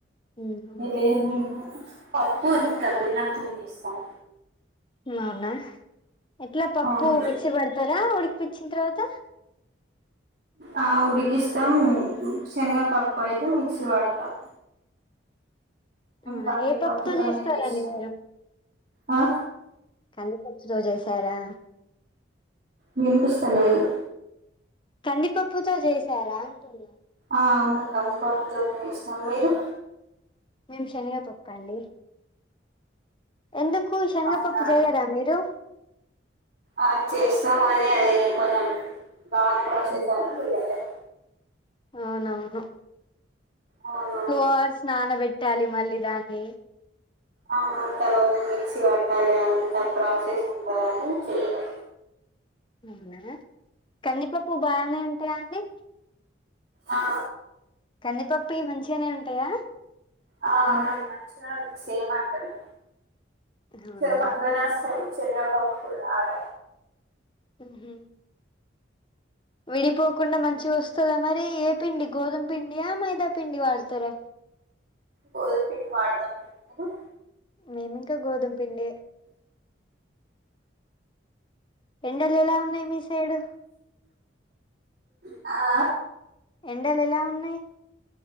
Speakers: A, on the left; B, on the right.
A: మ్ అవును
B: ఎట్లా చేస్తాం మేము పప్పు ఇంకా బెల్లంతోని చేస్తాం
A: మ్ అవునా ఎట్లా పప్పు
B: అవును
A: మిక్సీ పడుతర ఉడికిపిచ్చిన తర్వాత
B: ఆ ఉడికిస్తాం శెనగ పప్పు ఆయితే మిక్సీ పడుతాం
A: అవునా
B: కందిపప్పుతోనే
A: ఏ పప్పుతో చేస్తారండి
B: చేస్తాం
A: మీరు
B: ఆ
A: కందిపప్ త్ చేశారా
B: వినిపిస్తలేదు
A: కందిపప్పుతో జేసారా అంటున్నా
B: ఆ అవును కంది పప్పుతోనే ఎసినం మీరు
A: మేము శనిగపప్పండి ఎందుకు శనిగపప్పు
B: అవునా
A: జేయ్యరా మీరు
B: ఆ చేస్తాము అని అది కొంచం బాగ ప్రాసెస్ అని ఇయ్యాలే
A: అవునవును
B: అవునవును
A: టూ అవర్స్ నాన పెట్టాలి మళ్ళీ దాన్ని
B: ఆ తర్వాత మిక్సీ పట్టాలి అంత ప్రాసెస్ ఉంటందని చెయ్యలె
A: అవునా కందిపప్పు బాగనే ఉంటాయా అండి
B: ఆ
A: కందిపప్పుయి మంచిగానే ఉంటయా
B: ఆ అవునండి మంచిగనే సేమ్ అట్లనే
A: అవునా
B: సేమ్ అట్లనే అస్తయి చెనగపప్పు లాగ
A: ఉ హు విడిపోకుండా మంచిగొస్తదా మరి ఏ పిండి గోధుమ పిండీ ఆ మైద పిండి వాడతరా
B: గోధుమ పిండి వాడతము మీరు
A: మేమింకా గోధుమ్ పిండే ఎండలెలా ఉన్నాయ్ మీ సైడు
B: ఆ
A: ఎండలెలా ఉన్నయ్